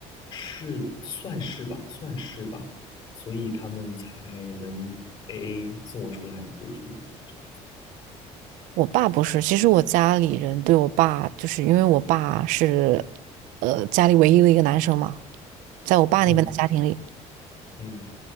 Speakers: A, on the left; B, on the right.
A: 是算是吧，算是吧。所以他们才能 AA 送我出来读书这样子。
B: 我爸不是，其实我家里人对我爸，就是因为我爸是，呃，家里唯一的一个男生嘛，在我爸那边的家庭里，
A: 嗯嗯